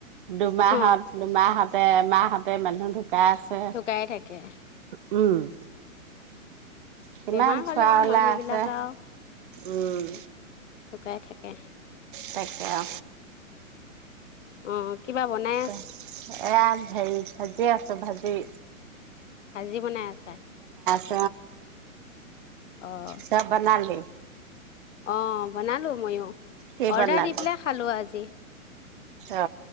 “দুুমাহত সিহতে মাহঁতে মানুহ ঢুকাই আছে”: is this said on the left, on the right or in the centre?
Right